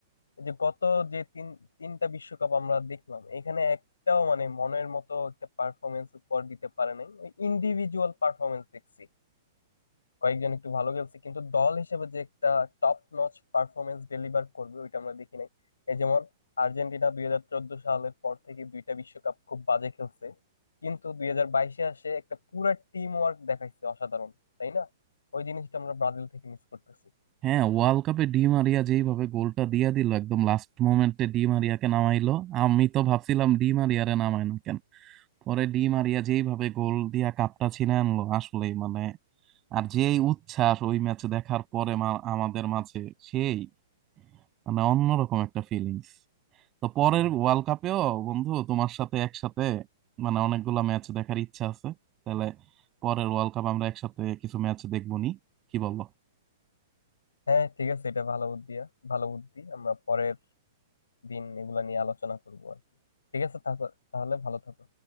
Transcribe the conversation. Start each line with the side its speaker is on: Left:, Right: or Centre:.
Left: এই যে গত যে তিন তিনটা বিশ্বকাপ আমরা দেখলাম এখানে একটাও মানে মনের মতো একটা পারফরমেন্স উপহার দিতে পারে নাই ওই ইন্ডিভিজুয়াল পারফরমেন্স দেখছি কয়েকজন একটু ভালো খেলছে কিন্তু দল হিসেবে যে একটা টপ নচ পারফরমেন্স ডেলিভার করবে ওইটা আমরা দেখি নাই এই যেমন আর্জেন্টিনা দুই হাজার চোদ্দ সালের পর থেকে দুইটা বিশ্বকাপ খুব বাজে খেলছে কিন্তু দুই হাজার বাইশে আসে একটা পুরা টিম ওয়ার্ক দেখাইছে অসাধারণ তাই না ওই জিনিসটা আমরা ব্রাজিল থেকে মিস করতেছি
Right: হ্যাঁ ওয়ার্ল্ড কাপে ডি মারিয়া যেইভাবে গোলটা দিয়া দিল একদম লাস্ট মোমেন্টে ডি মারিয়াকে নামাইলো আমি তো ভাবছিলাম ডি মারিয়ারে নামায় না কেন পরে ডি মারিয়া যেইভাবে গোল দিয়া কাপটা ছিনে আনলো আসলেই মানে আর যেই উচ্ছ্বাস ওই ম্যাচ দেখার পরে মা- আমাদের মাঝে সেই মানে অন্যরকম একটা ফিলিংস তো পরের ওয়ার্ল্ড কাপেও বন্ধু তোমার সাথে একসাথে মানে অনেকগুলা ম্যাচ দেখার ইচ্ছা আছে তাহলে পরের ওয়ার্ল্ড কাপ আমরা একসাথে কিছু ম্যাচ দেখবো নি কি বলো
Left: হ্যাঁ ঠিক আছে এটা ভালো বুদ্ধি ভালো বুদ্ধি আমরা পরের দিন এগুলা নিয়ে আলোচনা করবো আর কি ঠিক আছে থাকো তাহলে ভালো থাকো